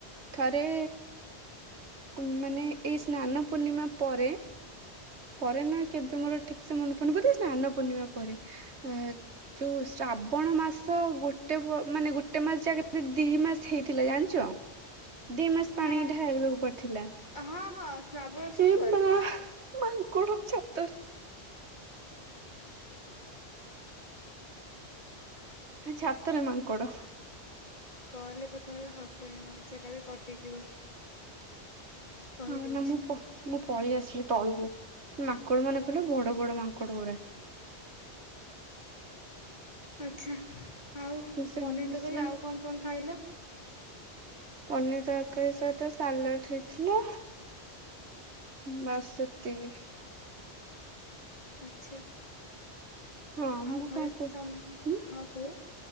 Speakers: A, on the right; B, on the left.
A: ଥରେ ଉଁ ମାନେ ଏଇ ସ୍ନାନ ପୂର୍ଣ୍ଣିମା ପରେ ପରେ ନା କେବେ ମୋର ଠିକ ସେ ମନେ ପଡୁନି ବଧେ ସ୍ନାନ ପୂର୍ଣ୍ଣିମା ପରେ ଆ ଯୋଉଁ ଶ୍ରାବଣ ମାସ ଗୋଟେ ପ ମାନେ ଗୋଟେ ମାସ ଯା କେତେ ଦିଇ ମାସ ହେଇଥିଲା ଜାଣିଚ? ହ <unintelligible> ଦିଇ ମାସ ପାଣି
B: ନା
A: ଢାଳିବାକୁ ପଡଥିଲା
B: ହଁ ହଁ ଶ୍ରାବଣ ସୋମବାର
A: ଏମା ମା ଙ୍କଡ ଛାତରେ ଛାତରେ ମାଙ୍କଡ।
B: କଲରେ କଥା ବେଳେ ହସନି ନହଲେ ସେଇଟା ବି କଟିଯିବ। କହିଦଉଛି
A: ଅଁ ନା ମୁଁ ପ ମୁଁ ପଳିଆସିଲି ତଳକୁ ମାଙ୍କଡମାନେ ଥିଲେ ବଡ ବଡ ମାଙ୍କଡଗୁରା।
B: ଆଚ୍ଛା ଆଉ
A: ସେ
B: ପନିର ତରକାରୀ
A: ସେମାନେ
B: ଆଉ କଣ କଣ ଖାଇଲ?
A: ପନିର ତରକାରୀ ସହିତ ସାଲାଡ ହେଇଥିଲା। ବାସ୍ ସେତିକି।
B: ଆଚ୍ଛା।
A: ହଁ
B: ଆଉ
A: ମୁଁ
B: ଘରେ
A: କଣ କହୁ
B: ସମ୍
A: ଉଁ
B: ହଁ କୁହ।